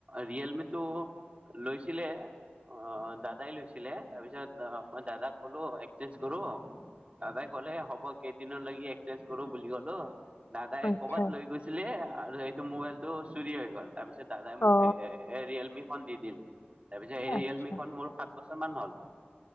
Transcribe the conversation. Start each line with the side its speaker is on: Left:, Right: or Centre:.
Right: ৰিয়েলমিত তটো লৈছিলে অ দাদাই লৈছিলে তাৰপিছত দাদাক কলো এক্সেঞ্জ কৰো দাদাই কলে হব কেইদিন লাগি এক্সেঞ্জ কৰো ব বুলি গলো দাদাই
Left: আচ্ছা
Right: কৰবাত লৈ গৈছিলে আৰু সেইটো মোবাইলটো চুৰি হৈ গ'ল তাৰপিছত দাদাই মোক
Left: অ
Right: এ ৰিয়েলমি ফোন দি দিল তাৰপিছত এই
Left: আচ্ছা
Right: ৰিয়েলমিখন মোৰ সাত বছৰ মান হ'ল